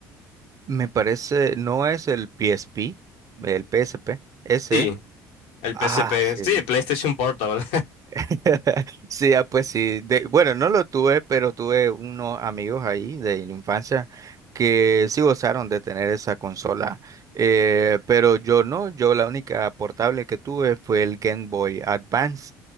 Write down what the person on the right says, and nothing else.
Me parece, no es el PSP, el PSP, ese.
Ah,
sí.
<laughs> Sí, ah, pues sí. De- bueno, no lo tuve, pero tuve unos amigos ahí de la infancia que sí gozaron de tener esa consola. Eh, pero yo no, yo la única portable que tuve fue el Game Boy Advance.